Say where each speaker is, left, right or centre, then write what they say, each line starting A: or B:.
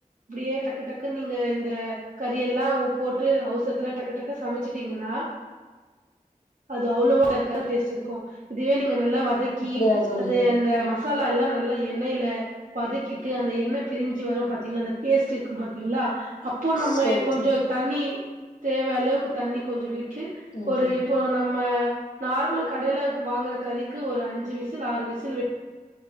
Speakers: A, on the right; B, on the left.
A: அப்டியே டக்கு டக்கு நீங்க இந்த கறி எல்லா போட்டு அவசரத்துல டக்கு டக்கு சமச்சிட்டீங்க னா அது அவ்ளோவா <unintelligible> டேஸ்ட் இருக்கு இதுவே நீங்க நெ நல்லா வதக்கி
B: அப்டியா தோழி
A: அது அந்த மசாலா எல்லா நல்லா எண்ணெய்ல வதக்கிட்டு அந்த எண்ண பிரிஞ்சி வரு பாத்தீங்ளா அந்த டேஸ்ட் இருக் ப்ப பாத்தீங்ளா அப்போ நம்மே
B: சேரி
A: கொஞ்சோ
B: தோழி
A: தண்ணி தேவ அளவுக்கு தண்ணி கொஞ்ச விட்டு
B: ம்
A: ஒரு இப்போ நம் ம நார்மல் கடைல வாங்குற கறிக்கு ஒரு அஞ்சு விசில் ஆறு விசில் விட்